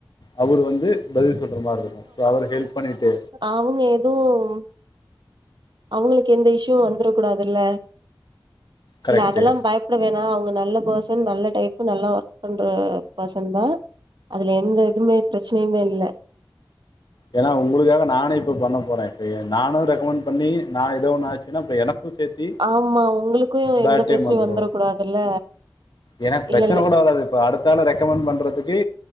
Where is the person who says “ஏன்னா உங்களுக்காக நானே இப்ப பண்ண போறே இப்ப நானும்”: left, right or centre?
Left